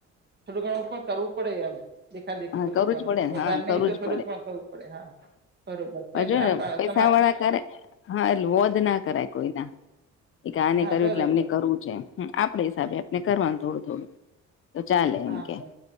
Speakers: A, on the right; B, on the left.
A: થોડું ઘણું પણ કરવું પડે એમ દેખા દેખી
B: હા
A: થું
B: કરવું
A: ઘણું
B: જ પડે ને
A: વધારે
B: હા
A: નહી
B: કરવું
A: તો
B: જ
A: થોડુંક પણ કરવું પડે હા બરોબર છે
B: બાજુ
A: હા
B: ને
A: પણ
B: પૈસા
A: તમાર
B: વાળા કરે હા એટલે વોદ ના કરાય કોઈ ના એ કે આને
A: હા
B: કર્યું
A: બરોબર
B: એટલે અમને કરવું છે હમ આપડે હિસાબે આપને કરવાનું થોડું થોડું તો ચાલે એમ
A: હા
B: કે
A: પણ